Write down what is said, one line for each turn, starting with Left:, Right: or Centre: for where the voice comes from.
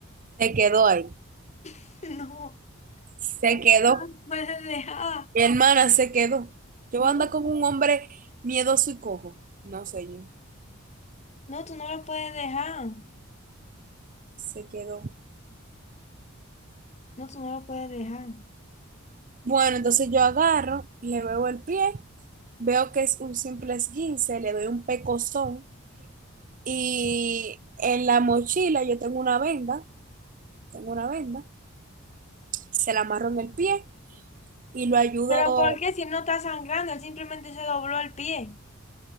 Right: Se quedó ahí.
Left: <laughs> No,
Right: Se
Left: no lo
Right: quedó.
Left: puedes dejar.
Right: Mi hermana se quedó. Yo
Left: No,
Right: ando con un hombre miedoso y cojo. No sé yo.
Left: no, tú no lo puedes dejar.
Right: Se quedó.
Left: No, tú no lo puedes dejar.
Right: Bueno, entonces yo agarro, le veo el pie, veo que es un simple esguince, le doy un pecozón y en la mochila yo tengo una venda, tengo una venda, se la amarro en el pie y lo ayudo
Left: Pero ¿por qué si él no está sangrando? Él simplemente se dobló el pie.